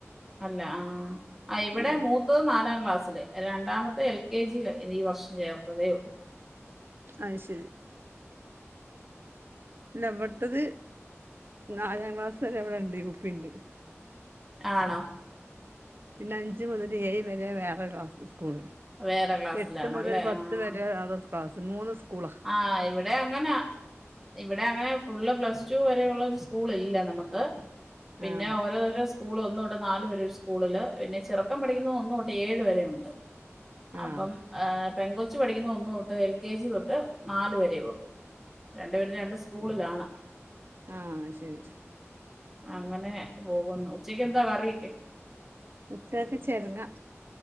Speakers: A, in the centre; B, on the right.
A: അല്ല ആഹ് അ ഇവിടെ
B: ഏഹ്
A: മൂത്തത് നാലാം ക്ലാസ്സില് രണ്ടാമത്തെ എൽ കെ ജിയിലാ ഇത് ഈ വർഷം ചേർത്തതേ ഉള്ളൂ
B: അത് ശരി ഇല്ല ഇവിടുത്തത് നാലാം ക്ലാസ് വരെ ഇവിടെണ്ട് യു പി ഇണ്ട്
A: ആണോ
B: പിന്നെ അഞ്ച് മുതല് ഏഴ് വരെ വേറെ ക്ലാസ്സ് സ്കൂള്
A: വേറെ ക്ലാസ്സിലാണല്ലേ
B: എട്ട് മുതൽ പത്ത്
A: ആഹ്
B: വരെ വേറൊരു ക്ലാസ്സ് മൂന്ന് സ്കൂളാ
A: ആഹ് ഇവിടേം അങ്ങനാ ഇവിടെ അങ്ങനെ ഫുള്ള് പ്ലസ് ടു വരെയുള്ളൊരു സ്കൂളില്ല നമ്മക്ക് പിന്നെ
B: ആഹ്
A: ഓരോരോ സ്‌ സ്കൂള് ഒന്ന് തൊട്ട് നാല് വരെയൊരു സ്കൂളില് പിന്നെ ചെറുക്കൻ പഠിക്കുന്നത് ഒന്ന് തൊട്ട് ഏഴു വരെയൊണ്ട് അപ്പം
B: ആഹ്
A: പെൺകൊച്ചു പഠിക്കുന്ന ഒന്ന് തൊട്ട് എൽ കെ ജി തൊട്ട് നാലു വരേ ഒള്ളൂ രണ്ടുപേരും രണ്ട് സ്കൂളിലാണ്
B: ആഹ് ശരി ശ
A: അങ്ങനെ പോകുന്നു ഉച്ചക്ക് എന്താ കറിയക്കെ
B: ഉച്ചക്കത്തെ ചെരങ്ങ